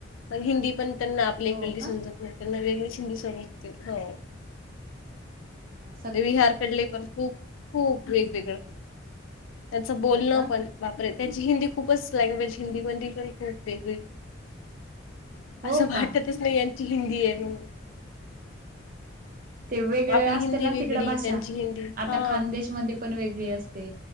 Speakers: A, on the left; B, on the right.
A: पणं हिंदी पण त्यांना आपली इकली
B: हो
A: समजत
B: का
A: नाही. त्यांना वेगळीच हिंदी समजते हो.
B: म आज
A: ते बीहार कडले पण, खूप खूप वेगवेगळं त्यांचं बोलणं
B: हो का
A: पण, बाप रे! त्यांची हिंदी खूपच लँग्वेज हिंदी मधे पण खूप वेगळी.
B: हो
A: आसं वाटतच
B: का
A: नाही ये, यांची हिंदी आहे म्हणून.
B: ते वेगळे
A: आपली
B: असते
A: हिंदी
B: ना
A: वेगळी
B: तिकड भाषा,
A: त्यांची हिंदी
B: आता
A: हा
B: खानदेश मध्ये. पण वेगळी असते,